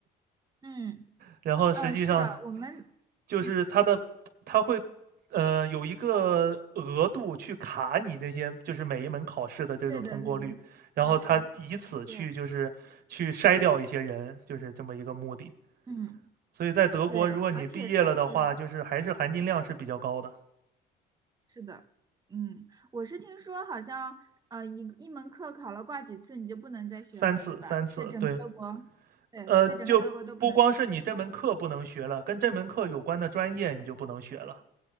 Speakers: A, on the right; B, on the right.
A: 嗯
B: 然后实际上
A: 嗯，是的，我们，
B: 就是他的，
A: 嗯
B: 他会呃有一个额度去卡你这些，就是每一门考试的这个通过率，
A: 对的对的，
B: 然后他以此去就是去筛掉一些人，
A: 是的是的，对，
B: 就是这么一个目的。
A: 嗯
B: 所以在德国，
A: 对，
B: 如果你毕业了的话，
A: 而且就是
B: 就是还是含金量是比较高的，
A: 是的，嗯，我是听说好像呃一一门课考了挂几次你就不能再学了，
B: 三次三次，
A: 对吧？在整个德国，
B: 对，
A: 对，
B: 呃，
A: 在整个德国都不能。
B: 就不光是你这门课不能学了，跟这门课有关的专业你就不能学了。